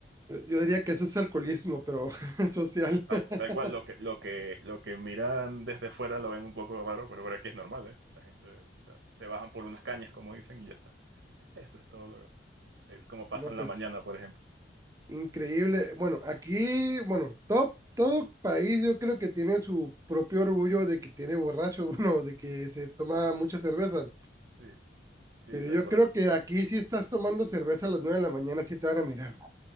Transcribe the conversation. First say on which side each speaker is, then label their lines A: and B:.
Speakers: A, on the right; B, on the right.
A: Yo yo diría que eso es alcoholismo, pero <laughs> social.
B: Tal,
A: <laughs>
B: tal cual, lo que, lo que, lo que miran desde fuera lo ven un poco raro, pero por aquí es normal, ¿eh? La gente, o sea, se bajan por unas cañas, como dicen, y ya está. <laughs> Eso es todo lo- es como pasa
A: No,
B: en
A: pues.
B: la mañana, por ejemplo.
A: Increíble. Bueno, aquí, bueno, todo, todo país yo creo que tiene su propio orgullo de que tiene borracho <laughs> uno, de que se toma mucha cerveza.
B: Sí, sí,
A: Pero
B: tal
A: yo
B: cual.
A: creo que aquí si estás tomando cerveza a las nueve de la mañana sí te van a mirar.